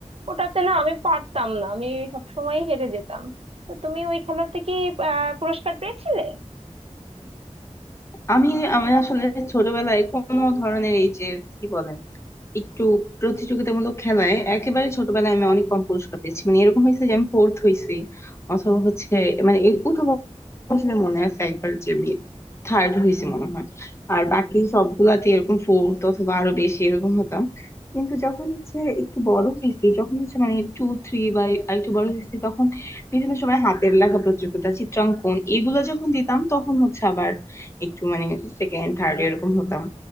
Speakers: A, on the right (about 55°); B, on the left (about 20°).
A: ওটাতে না আমি পারতাম না আমি সবসময় হেরে যেতাম তো তুমি ওই খেলাতে কি আহ, পুরস্কার পেয়েছিলে
B: আমি আমি আসলে ছোটবেলায় কোনো ধরনের এই যে কি বলে একটু প্রতিযোগিতামূলক খেলায় একেবারে ছোটবেলায় আমি অনেক কম পুরস্কার পেয়েছি মানে এরকম হয়েছে যে আমি ফোর্থ হয়েছি অথবা হচ্ছে মানে এই উঠো আসলে মনে আছে একবার যে আমি থার্ড হয়েছি মনে হয় আর বাকি সবগুলাতে এরকম ফোর্থ অথবা আরো বেশি এরকম হতাম কিন্তু যখন হচ্ছে একটু বড় হয়েছি যখন হচ্ছে মানে টু থ্রি বা একটু বড় হয়েছি তখন বিভিন্ন সময় হাতের লেখা প্রতিযোগিতা চিত্রাঙ্কন এগুলো যখন দিতাম তখন হচ্ছে আবার একটু মানে সেকেন্ড থার্ড এরকম হতাম